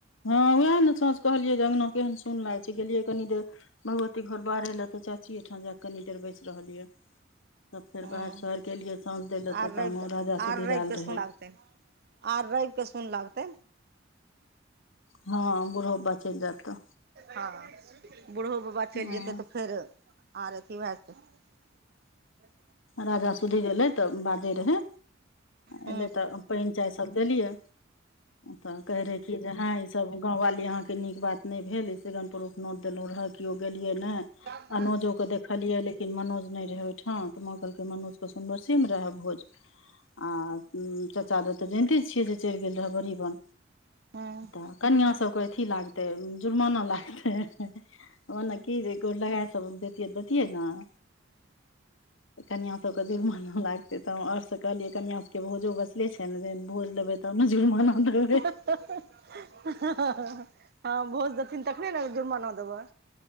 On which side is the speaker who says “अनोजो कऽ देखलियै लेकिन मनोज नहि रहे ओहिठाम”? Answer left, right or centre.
Left